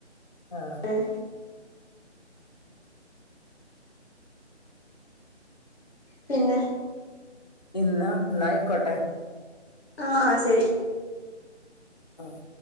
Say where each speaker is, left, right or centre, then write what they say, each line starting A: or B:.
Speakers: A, on the left (about 35°); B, on the left (about 60°).
A: ആ
B: ഉം പിന്നെ
A: ഇന്നാ ന്നായിക്കോട്ടെ
B: ആ ശരി
A: ആഹ്